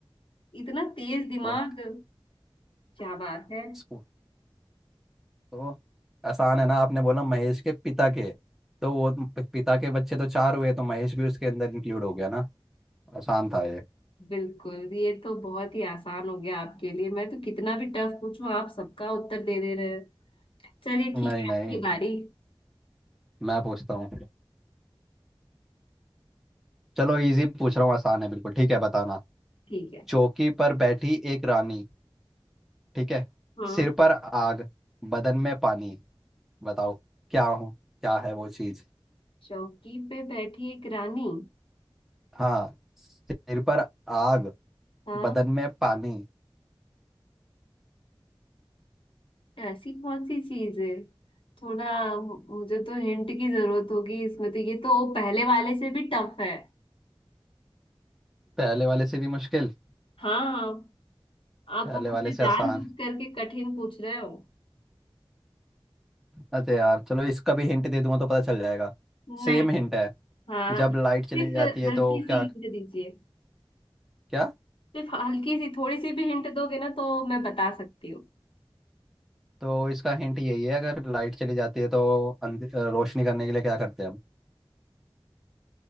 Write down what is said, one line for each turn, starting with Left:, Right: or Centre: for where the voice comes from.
Left: इतना तेज दिमाग
Centre: वो
Left: क्या बात है
Centre: स्कू- तो आसान है ना आपने बोला महेश के पिता के तो वो प- पिता के बच्चे तो चार हुए तो महेश भी उसके अंदर इंक्लूड हो गया ना आसान था ये
Left: बिल्कुल ये तो बहुत ही आसान हो गया आपके लिए मैं तो कितना भी टफ पूछूं आप सबका उत्तर दे दे रहे हैं चलिए
Centre: नहीं
Left: ठीक है
Centre: नहीं
Left: आपकी बारी
Centre: मैं पूछता हूँ चलो इजी पूछ रहा हूँ आसान है बिल्कुल ठीक है बताना
Left: ठीक है
Centre: चौकी पर बैठी एक रानी ठीक है
Left: हाँ
Centre: सिर पर आग बदन में पानी बताओ क्या हूँ क्या है वो चीज
Left: चौकी पे बैठी एक रानी
Centre: हाँ सिर पर आग
Left: हाँ
Centre: बदन में पानी
Left: ऐसी कौन सी चीज है थोड़ा मुझे तो हिंट की जरूरत होगी इसमें तो ये तो पहले वाले से भी टफ है
Centre: पहले वाले से भी मुश्किल
Left: हाँ आप
Centre: पहले
Left: मुझसे
Centre: वाले से
Left: जानबूझ
Centre: आसान
Left: करके कठिन पूछ रहे हो
Centre: अरे यार चलो इसका भी हिंट दे दूंगा तो पता चल जाएगा सेम
Left: नहीं
Centre: हिंट है
Left: हाँ
Centre: जब लाइट चली
Left: सिर्फ
Centre: जाती है
Left: हल्की
Centre: तो क्या
Left: सी हिंट दीजिए
Centre: क्या
Left: सिर्फ हल्की सी थोड़ी सी भी हिंट दोगे ना तो मैं बता सकती हूँ
Centre: तो इसका हिंट यही है अगर लाइट चली जाती है तो अंधे- अ, रोशनी करने के लिए क्या करते हैं हम